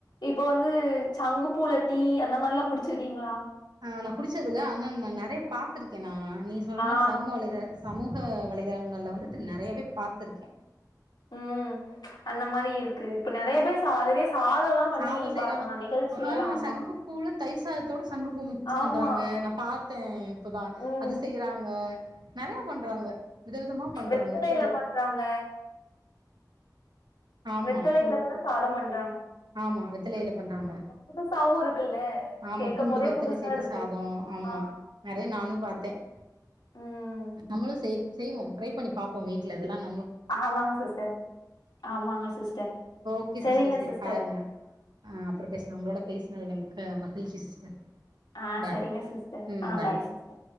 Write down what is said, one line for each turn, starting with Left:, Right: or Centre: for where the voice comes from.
Left: இப்போ வந்து சங்குப்பூல டீ அந்த மாரிலா குடிச் ச்சிருக்கீங்களா
Right: ஆ நா குடிச்சதில்ல ஆனா நா நறைய பாத்திருக்கே நா நீங்க சொல்ற
Left: ஆ
Right: மாரி சமூக வலைத்தள சமூக வலைதளங்கள்ல வந்துட்டு நெறையவே பாத்திருக்கே
Left: ம் அந்த மாரி இருக்கு இப்ப நெறய பேர் சா அதுவே சாதோல்லா பண்ணி
Right: சாதம் செய்யறாங்க
Left: பாக்குறோ நா நிகழ்ச்சிலலா
Right: ஆஹ்
Left: ஆமா
Right: சங்குப்பூல தயிர் சாதத்தோடு சங்குபூ மிக்ஸ்
Left: ஆமா
Right: பண்றாங்க நா பாத் தே இப்பதா
Left: ம்
Right: அது செய்யறாங்க நறைய பண்றாங்க விதவிதமா பண்றாங்க
Left: வெத்தலைல பண்றாங்க
Right: ஆமா
Left: வெத்தலையில கூட சாதமண்
Right: ஆமா வெத்தலையில பண்றாங்க
Left: புதுசாவு இருக்குல்ல
Right: ஆமா
Left: கேட்கும்
Right: பூண்டு
Left: போதே
Right: வெத்தல
Left: புதுசா
Right: சேத்து
Left: ஆமாங்க.
Right: சாதம்
Left: இருக்கு
Right: ஆமா
Left: ஆ
Right: நறைய நானு பாத்தேன்
Left: ம்
Right: நம்மளும் செய் செய்வோம் ட்ரை பண்ணி பாப்போம் வீட்ல இதெல்லாம்
Left: ஆமாங்க சிஸ்டர் ஆமாங்க சிஸ்டர்
Right: ஓகே
Left: சரிங்க
Right: சிஸ்டர் செரி
Left: சிஸ்
Right: பாருங்க ஆஹ் அப்புற பேசுண உங்களோட பேசினதுல மிக்க மகிழ்ச்சி சிஸ்டர்
Left: ஆ
Right: பாய்
Left: சரிங்க சிஸ்டர்
Right: ம்
Left: ஆ
Right: பாய்
Left: சிஸ்டர்